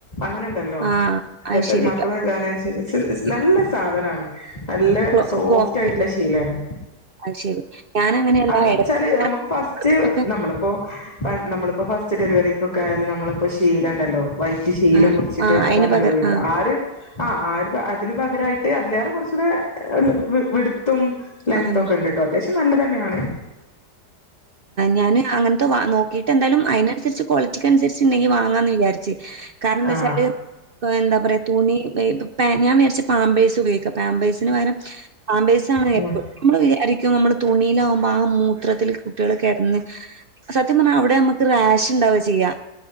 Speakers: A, on the left; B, on the right.
A: അങ്ങനെ ല്ലോ
B: ആഹ്.
A: പെട്ടെന്ന്
B: അത് ശരി.
A: മക്കള് വല്താണേ <unintelligible> നല്ല സാധനാണ് നല്ല
B: കൊ
A: സോഫ്റ്റ്
B: പോക്ക്
A: ആയിട്ടുള്ള ശീലേണ്
B: അത് ശരി. ഞാനങ്ങനെയല്ല
A: അത് ന്താച്ചാല്
B: എടക്കങ്ങനെ
A: നമുക്ക് ഫസ്റ്റ് നമ്മളിപ്പോ നമ്മളിപ്പോ ഫസ്റ്റ് ഡെലിവറിക്കോക്കേ ആയാലും നമ്മളിപ്പോ ശീല ണ്ടല്ലോ ശീല
B: ആഹ്
A: മുറിച്ചിട്ട്
B: ആഹ് അയിന്
A: അതാ ണല്ലോ
B: പകരം
A: ഉപയോഗിക്ക
B: ആഹ്
A: ആര് ആ ഒരു പ്രയത്തില് പകരായിട്ട് അതിലേറെ കുറച്ചൂടെ വിടുത്തും ലെങ്ത്തും
B: ആഹ്.
A: ഒക്കെ ണ്ട്ട്ടോ ത്യാവിശം നല്ല തന്നെയാണ്
B: ഞാന് അങ്ങന് ത്തെ വാ നോക്കിട്ട് എന്തായാലും അയിനനുസരിച്ച് ക്വാളിറ്റിക്ക് അനുസരിച്ച് ണ്ടെങ്കി വാങ്ങാന്ന് വിചാരിച്ച് കാരണം ന്താച്ചാല്
A: ആ
B: പ്പ എന്താ പറയാ തുണി പേ ഞാൻ വി രാർച്ച് പാമ്പേഴ്സ് ഉപയോഗിക്ക പാമ്പേഴ്സിന് പകരം പാമ്പേഴ്സാണ്
A: ആ
B: എര്പ്പ് നമ്മള് വിചാരിക്കും നമ്മള് തുണിയിലാകുമ്പോ ആ മൂത്രത്തില് കുട്ടികൾ കിടന്ന് സത്യം പറഞ്ഞാ അവിടെ നമ്മക്ക് റാഷ് ണ്ടാവ ചെയ്യ